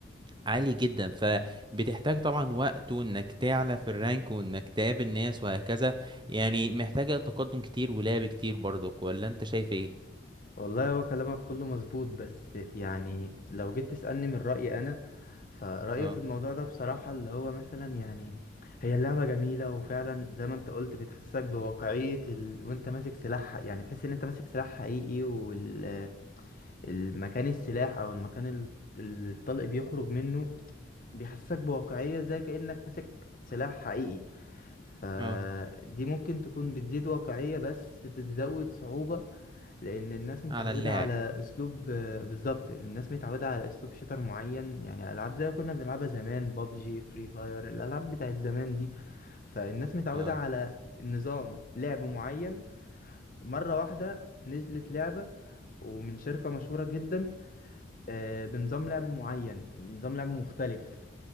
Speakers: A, on the right; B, on the left.
A: عالي جدا فبتحتاج طبعا وقت وانك تعلى في الرانك وانك تقابل ناس وهكذا يعني محتاجه تقدم كتير ولعب كتير برضك ولا انت شايف ايه
B: والله هو كلامك كله مظبوط بس يعني لو جيت تسألني من رأيي أنا فرأيي
A: اه
B: في الموضوع ده بصراحة اللي هو مثلا يعني هي اللعبة جميلة وفعلا زي ما انت قلت بتحسسك بواقعية ال... وانت ماسك سلاح يعني تحس ان انت ماسك سلاح حقيقي والمكان السلاح او المكان ال- اللي الطلق بيخرج منه بيحسسك بواقعية زي كأنك ماسك سلاح حقيقي فدي
A: اه
B: ممكن تكون بتزيد واقعية بس بتزود صعوبة لان الناس متعوده
A: على اللاعب
B: على اسلوب آه، بالظبط الناس متعوده على اسلوب شيتر معين يعني العاب زي كنا بنلعبها زمان بابجي فري فاير الالعاب بتاعت زمان دي فالناس متعوده
A: اه
B: على نظام لعب معين مره واحده نزلت لعبه ومن شركه مشهوره جدا آه، بنظام لعب معين نظام لعب مختلف